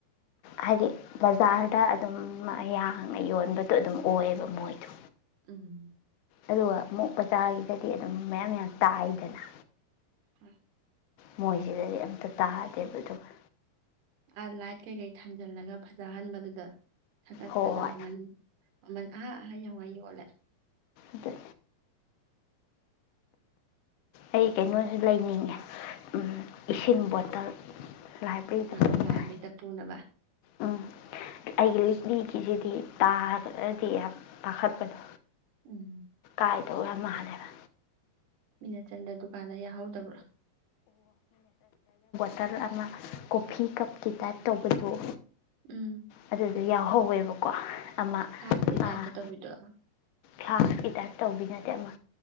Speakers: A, on the left; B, on the right.
A: ꯍꯥꯏꯗꯤ ꯕꯖꯥꯔꯗ ꯑꯗꯨꯝ ꯃꯌꯥꯡꯅ ꯌꯣꯟꯕꯗꯣ ꯑꯗꯨꯝ ꯑꯣꯏꯌꯦꯕ ꯃꯣꯏꯗꯣ
B: ꯎꯝ
A: ꯑꯗꯨꯒ ꯑꯃꯨꯛ ꯕꯖꯥꯔꯒꯤꯗꯗꯤ ꯑꯗꯨꯝ ꯃꯌꯥꯝ ꯌꯥꯝ ꯇꯥꯏꯗꯅ
B: ꯎꯝ
A: ꯃꯣꯏꯁꯤꯗꯗꯤ ꯑꯝ ꯇ ꯇꯥꯗꯦꯕ ꯑꯗꯨꯒ
B: ꯑ ꯂꯥꯏꯠ ꯀꯩꯀꯩ ꯊꯥꯟꯖꯜꯂꯒ ꯐꯖꯍꯟꯕꯗꯨꯗ ꯊꯀꯠꯇꯅ
A: ꯍꯣꯏ
B: ꯃꯃꯟ ꯃꯃꯟ ꯑꯑꯥ ‌ꯌꯧꯒꯩ ꯌꯣꯜꯂꯦ
A: ꯑꯗ ꯑꯩ ꯀꯩꯅꯣꯁꯨ ꯂꯩꯅꯤꯡꯉꯦ ꯎꯝ ꯏꯁꯤꯡ ꯕꯣꯇꯜ ꯂꯥꯏꯕ꯭ꯔꯦꯔꯤꯗ
B: ꯑ
A: ꯄꯨꯅꯤꯡꯉꯥꯏ
B: ꯂꯥꯏꯕ꯭ꯔꯦꯔꯤꯗ ꯄꯨꯅꯕ
A: ꯎꯝ ꯑꯩꯒꯤ ꯂꯤꯛꯂꯤꯒꯤꯁꯤꯗꯤ ꯇꯥꯔꯕꯗꯤ ꯌꯥꯝ ꯄꯥꯈꯠꯄꯗꯣ
B: ꯎꯝ
A: ꯄꯥꯏꯗꯧꯌꯥꯝ ꯃꯥꯜꯂꯦꯕ
B: ꯃꯤꯅꯠ ꯆꯟꯗ꯭ꯔ ꯗꯨꯀꯥꯟꯗ ꯌꯥꯍꯧꯗꯕ꯭ꯔꯣ
A: ꯇꯜ ꯑꯃ ꯀꯣꯐꯤ ꯀꯞꯀꯤ ꯇꯥꯏꯞ ꯇꯧꯕꯗꯣ
B: ꯎꯝ
A: ꯑꯗꯨꯗꯨ ꯌꯥꯎ ꯍꯧꯋꯦꯕꯀꯣ ꯑꯃ
B: ꯐ꯭ꯂꯥꯛꯁꯀꯤ ꯇꯥꯏꯞꯇ
A: ꯑꯥ
B: ꯇꯧꯕꯤꯗꯣ
A: ꯐꯥꯂꯁ ꯒꯤ ꯇꯥꯏꯞ ꯇꯧꯕꯤ ꯅꯠꯇꯦ ꯑꯃ